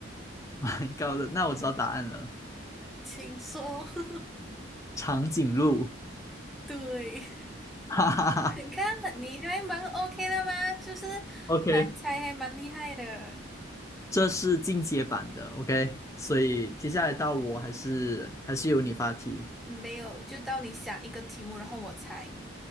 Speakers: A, on the left (about 15°); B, in the centre.
A: 蛮高的，那我知道答案了，
B: 请说。<laughs>
A: 长颈鹿，
B: 对，
A: <laughs> 哈哈哈。
B: <laughs> 你看你还蛮 OK 的吗？就是
A: OK，
B: 还猜还蛮厉害的。嗯
A: 这是进阶版的，OK，所以接下来到我还是还是由你发题。
B: 没有，就到你想一个题目，然后我猜，